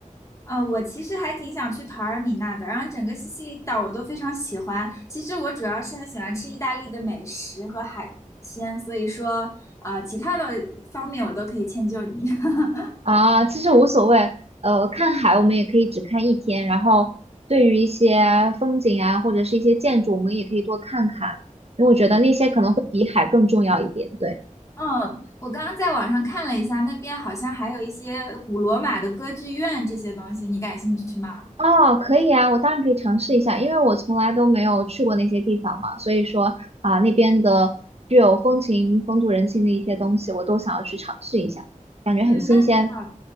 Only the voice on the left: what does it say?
呃，我其实还挺想去陶尔米纳的，然后整个西西里岛我都非常喜欢。其实我主要是很喜欢吃意大利的美食和海鲜，所以说，呃，其他的方面我都可以迁就你。<laughs>
嗯，我刚刚在网上看了一下，那边好像还有一些古罗马的歌剧院这些东西，你感兴趣吗？
嗯，那挺好的。